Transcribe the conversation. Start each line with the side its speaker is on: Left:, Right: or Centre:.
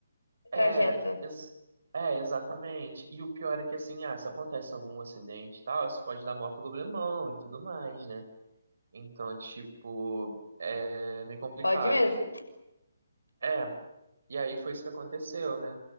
Right: É,
Left: trajeto.
Right: ex- é, exatamente. E o pior é que, assim, ah, se acontece algum acidente e tal, isso pode dar maior problemão e tudo mais, né? Então, tipo, é meio complicado.
Left: Pode mesmo?
Right: É, E aí foi isso que aconteceu, né?